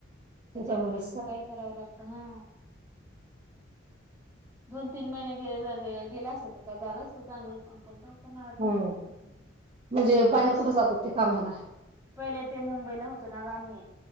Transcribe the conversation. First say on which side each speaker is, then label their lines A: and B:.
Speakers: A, on the right (about 15°); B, on the right (about 30°).
A: त्याच्यामुळे
B: शेतामध्ये असतात
A: मग काय करावं लागत हा. दोन तीन महिने गेले गेला अस होता का झालं असत चांगलं काम पण करणार आता
B: हम् म्हणजे
A: बोलवलं
B: बाहेर कुठे जात होते कामाला
A: पहिले ते मुंबईला होतो ना ग मी